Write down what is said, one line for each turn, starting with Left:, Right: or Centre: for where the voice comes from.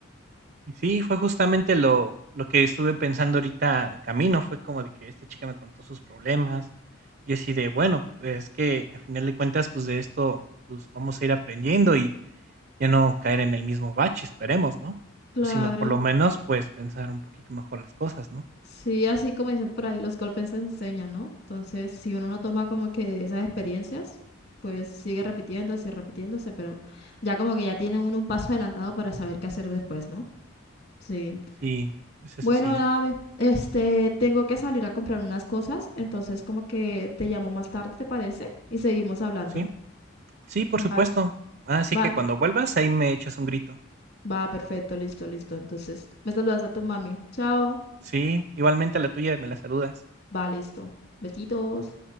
Right: Y sí, fue justamente lo lo que estuve pensando ahorita de camino, fue como de que esta chica me contó sus problemas, y así de, bueno, pues es que a final de cuentas, pues de esto, pues vamos a ir aprendiendo y ya no caer en el mismo bache, esperemos, ¿no?
Left: Claro.
Right: O si no, por lo menos, pues pensar un poquito mejor las cosas, ¿no?
Left: Sí, así como dicen por ahí, los golpes se enseñan, ¿no? Entonces, si uno no toma como que de esas experiencias, pues sigue repitiéndose y repitiéndose, pero ya como que ya tiene uno un paso adelantado para saber qué hacer después, ¿no? Sí.
Right: Sí, es eso
Left: Bueno,
Right: sí,
Left: Dave, este, tengo que salir a comprar unas cosas, entonces como que te llamo más tarde, ¿te parece? Y seguimos hablando.
Right: sí, sí, por supuesto.
Left: Va,
Right: Así
Left: va,
Right: que cuando vuelvas, ahí me echas un grito.
Left: va, perfecto, listo, listo. Entonces, me saludas a tu mami. Chao.
Right: Sí, igualmente a la tuya me la saludas.
Left: Va, listo. Besitos.